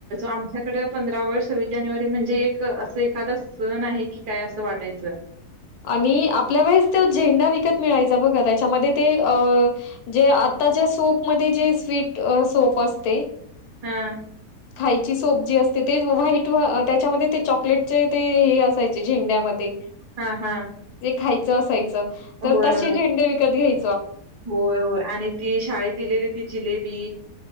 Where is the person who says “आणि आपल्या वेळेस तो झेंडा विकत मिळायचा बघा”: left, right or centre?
Left